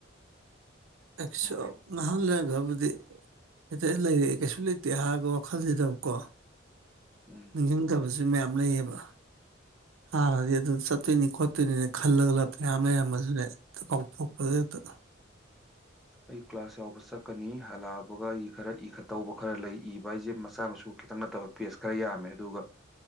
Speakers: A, on the right; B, in the centre.
A: ꯑꯦꯛꯁꯣ
B: ꯑꯣ
A: <unintelligible> ꯕꯨꯗꯤ ꯍꯦꯛꯇ ꯂꯩꯔꯦꯑꯦ ꯀꯩꯁꯨ ꯂꯩꯇꯦ ꯍꯥꯏꯒ ꯋꯥꯈꯜꯖꯤꯗꯕꯀꯣ
B: ꯎꯝ
A: ꯅꯤꯡꯖꯤꯡꯗꯕꯖꯨ ꯃꯌꯥꯝ ꯂꯩꯌꯦꯕ ꯍꯥꯟꯅꯗꯤ ꯑꯗꯨ ꯆꯠꯇꯣꯏꯅꯤ ꯈꯣꯠꯇꯣꯏꯅꯤꯅ ꯈꯜꯂꯒ ꯃꯌꯥꯝ ꯂꯩꯔꯝꯃꯖꯨꯅꯦ ꯇ ꯀꯥꯎꯊꯣꯛꯄꯅꯦ ꯍꯦꯛꯇ
B: ꯑꯩ ꯀ꯭ꯂꯥꯁ ꯌꯥꯎꯕ ꯆꯛꯀꯅꯤ ꯍꯜꯂꯛꯑꯕꯒ ꯑꯩ ꯈꯔ ꯏꯈꯠ ꯇꯧꯕ ꯈꯔ ꯂꯩ ꯏꯕ ꯍꯥꯏꯖꯦ ꯃꯆꯥ ꯃꯁꯨ ꯈꯤꯇꯪ ꯅꯠꯇꯕ ꯄꯦꯁ ꯈꯔ ꯌꯥꯝꯃꯦ ꯑꯗꯨꯒ